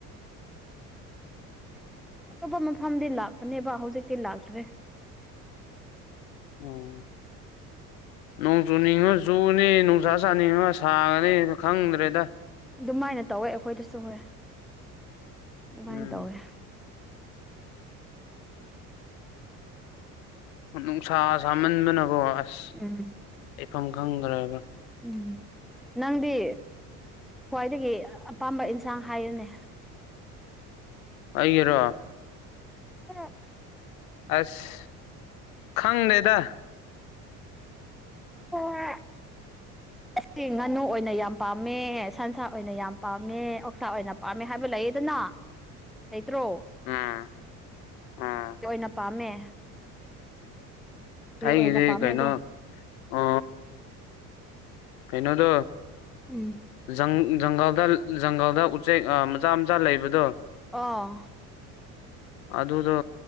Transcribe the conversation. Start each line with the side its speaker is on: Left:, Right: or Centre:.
Centre: ꯑꯇꯣꯞꯄ ꯃꯐꯝꯗꯤ ꯂꯥꯛꯄꯅꯦꯕ ꯍꯧꯖꯤꯛꯇꯤ ꯂꯥꯛꯇ꯭ꯔꯦ <inaudible>
Left: ꯑꯣ ꯅꯣꯡ ꯆꯨꯅꯤꯡꯉꯣ ꯆꯨꯅꯤ ꯅꯨꯡꯁꯥ ꯁꯥꯥꯅꯤꯡꯉꯣ ꯁꯥꯒꯅꯤ ꯈꯪꯗ꯭ꯔꯦꯗ
Centre: ꯑꯗꯨꯃꯥꯏꯅ ꯇꯧꯋꯦ ꯑꯩꯈꯣꯏꯗꯁꯨ ꯍꯣꯏ ꯑꯗꯨꯃꯥꯏꯅ
Left: ꯎꯝ
Centre: ꯇꯧꯋꯦ
Left: ꯅꯨꯡꯁꯥ ꯁꯥꯃꯟꯕꯅꯀꯣ ꯑꯁ
Centre: ꯎꯝ
Left: ꯂꯩꯐꯝ ꯈꯪꯗ꯭ꯔꯕ
Centre: ꯎꯝ ꯅꯪꯗꯤ ꯈ꯭ꯋꯥꯏꯗꯒꯤ ꯑꯄꯥꯝꯕ ꯏꯟꯁꯥꯡ ꯍꯥꯏꯑꯣꯅꯦ
Left: ꯑꯩꯒꯤꯔꯣ
Centre: ꯍ
Left: ꯑꯁ ꯈꯪꯗꯦꯗ
Centre: ꯍ ꯑꯁ ꯉꯥꯅꯨ ꯑꯣꯏꯅ ꯌꯥꯝ ꯄꯥꯝꯃꯦ ꯁꯟꯁꯥ ꯑꯣꯏꯅ ꯌꯥꯝ ꯄꯥꯝꯃꯦ ꯑꯣꯛꯁꯥ ꯑꯣꯏꯅ ꯄꯥꯝꯃꯦ ꯍꯥꯏꯕ ꯂꯩ ꯑꯗꯨꯅ ꯂꯩꯇ꯭ꯔꯣ
Left: ꯎꯝ ꯎꯝ
Centre: ꯑꯣꯏꯅ ꯄꯥꯝꯃꯦ ꯀꯔꯤ
Left: ꯑꯩꯗꯤ
Centre: ꯑꯣꯏꯅ ꯄꯥꯝꯃꯦ
Left: ꯀꯩꯅꯣ
Centre: ꯑꯗꯣ
Left: ꯑ ꯀꯩꯅꯣꯗꯣ
Centre: ꯎꯝ
Left: ꯖꯪ ꯖꯪꯚꯜ ꯗ ꯖꯪꯒꯜꯗ ꯎꯆꯦꯛ ꯃꯆꯥ ꯃꯆꯥ ꯂꯩꯕꯗꯣ
Centre: ꯑꯥ
Left: ꯑꯗꯨꯗꯣ